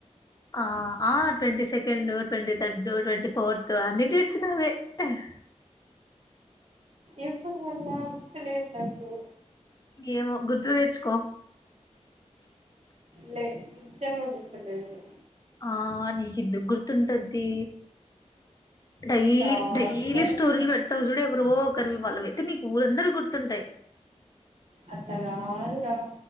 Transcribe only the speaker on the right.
ఇప్పుడువనాగు గుర్తులేదు నాకు
లే నిజంగా గుర్ తు లేదు
సారీ
రా
అట్ల గాదురా